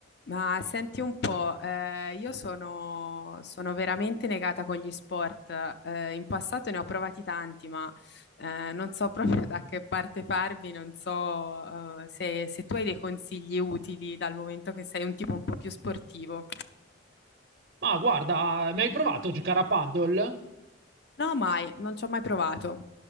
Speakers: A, on the left; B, on the right.
A: Ma senti un po', eh, io sono, sono veramente negata con gli sport. Eh, in passato ne ho provati tanti, ma eh, non so <laughs> proprio da che parte farmi, non so eh, se, se tu hai dei consigli utili dal momento che sei un tipo un po' più sportivo.
B: Ma guarda, mi hai provato a giocare a paddle?
A: No, mai, non ci ho mai provato.